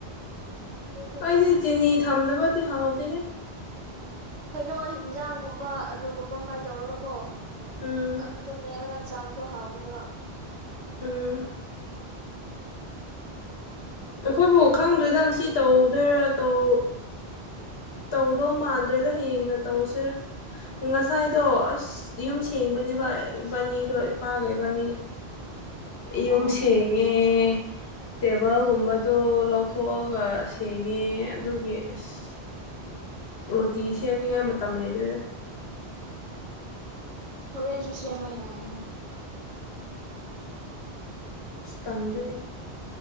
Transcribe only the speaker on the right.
ꯑꯗꯨꯁꯨ
ꯀꯩꯅꯣ ꯍꯤꯟꯖꯥꯡꯒꯨꯝꯕ ꯑꯂꯨꯒꯨꯝꯕ ꯐ꯭ꯔꯥꯏ ꯇꯧꯔꯒ ꯀꯣ
ꯑꯗꯨꯗ ꯃꯦꯠꯂꯒ ꯆꯥꯎ ꯑꯗꯣ ꯍꯥꯎꯕꯅꯦꯕ
ꯑꯣ
ꯍꯣꯔꯦꯟꯦꯟꯁꯨ ꯁꯦꯝꯕ ꯌꯥꯏꯅ꯫